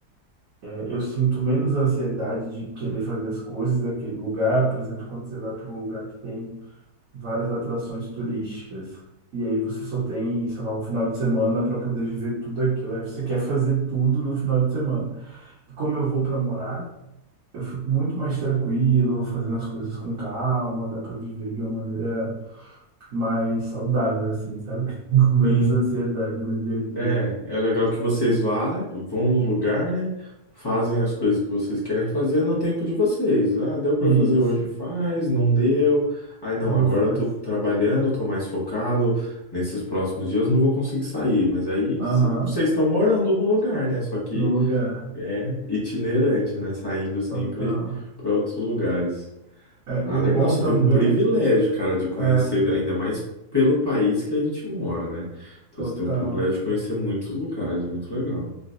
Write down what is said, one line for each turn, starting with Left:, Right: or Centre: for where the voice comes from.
Right: é, eu sinto menos ansiedade de querer fazer as coisas daquele lugar. Por exemplo, quando você vai para um lugar que tem várias atrações turísticas. E aí você só tem, sei lá, um final de semana para poder viver tudo aquilo. Aí você quer fazer tudo no final de semana. E como eu vou para morar. Eu fico muito mais tranquilo, vou fazendo as coisas com calma, dá pra viver de uma maneira mais saudável, assim, sabe? <laughs> Com menos
Left: Sim.
Right: ansiedade no dia a dia.
Left: É, é legal que vocês vá, vão no lugar, né? Fazem as coisas que vocês querem fazer no tempo de vocês. Ah, deu pra
Right: Isso,
Left: fazer hoje, faz, não deu. Ai, não,
Right: não
Left: agora
Right: faz.
Left: eu tô trabalhando, tô mais focado. Nesses próximos dias não vou conseguir sair. Mas aí
Right: Aham,
Left: c- vocês estão morando no lugar, né? Só que
Right: no lugar.
Left: é itinerante, né? Saindo sempre
Right: Total.
Left: pra outros lugares.
Right: É,
Left: Ah,
Right: e o
Left: legal.
Right: bom
Left: Você
Right: também
Left: tem um privilégio, cara, de conhecer,
Right: é.
Left: ainda mais pelo país que a gente mora, né?
Right: <laughs>
Left: Então você tem
Right: Total.
Left: um privilégio de conhecer muitos lugares, muito legal.